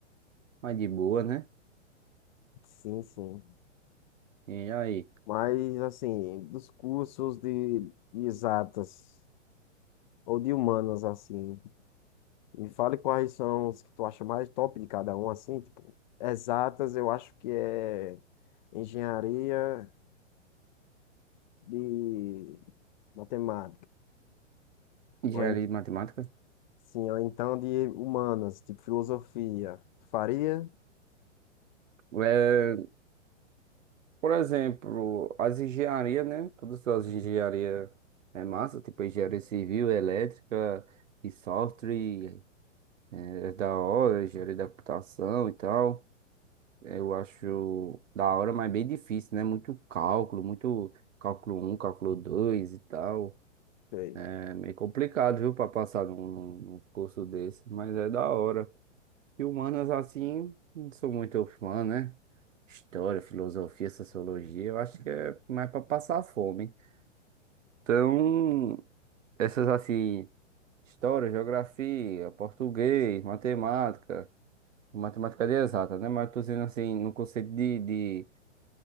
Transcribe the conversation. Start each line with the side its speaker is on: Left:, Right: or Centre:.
Right: mais de boa, né?
Left: Sim, sim.
Right: E aí?
Left: Mas assim, dos cursos de, de exatas ou de humanas, assim. Me fale quais são os que tu acha mais top de cada um, assim, tipo, exatas, eu acho que é engenharia de matemática,
Right: Engenharia
Left: ou, en-
Right: de matemática?
Left: sim, ou então de humanas, tipo filosofia. Tu Faria?
Right: É, por exemplo, as engenharias, né? Todas as engenharias é massa, tipo engenharia civil, elétrica e software, é da hora, engenharia da computação e tal. Eu acho da hora, mas bem difícil, né? Muito cálculo, muito cálculo um, cálculo 2 e tal.
Left: Sei.
Right: É meio complicado, viu, pra passar num, num num curso desse, mas é da hora. E humanas assim, não sou muito fã, né? História, filosofia, sociologia, eu acho que é mais para passar fome. Então, essas assim, história, geografia, português, matemática, matemática de exata, né? Mas tô dizendo assim, no conceito de, de